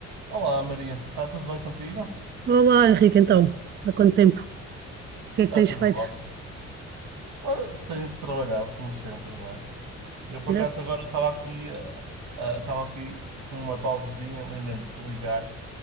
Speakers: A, on the right; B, on the right.
A: Olá Maria, está tudo bem contigo?
B: Olá, Henrique, então, há quanto tempo? O que
A: Está
B: é que tens
A: tudo
B: feito?
A: ótimo. Olha, Tem-se trabalhado como sempre, não é? Eu por
B: É,
A: acaso agora estava aqui, ah, ah, estava aqui com uma pausazinha, lembrei-me de te ligar.